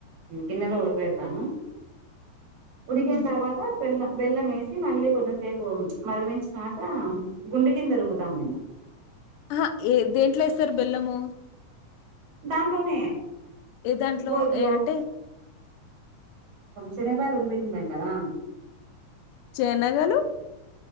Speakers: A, on the right (about 65°); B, on the left (about 80°).
A: గిన్నెలో ఉడకబెడతాను ఉడికిన
B: హ్మ్.
A: తర్వాత బెల్లం బెల్లం వేసి మళ్ళీ కొంతసేపు మరగనిచ్చినాక గుండె కింద రుబ్బుతాము మేము
B: ఆహా ఏ దేంట్లో ఏసార్ బెల్లము
A: దాంట్లోనే
B: ఏ దాంట్లో?
A: గోధు
B: ఏ అంటే
A: శనగ బ్యాల్లు ఉడకపెట్టింటాం కదా
B: శనగలు?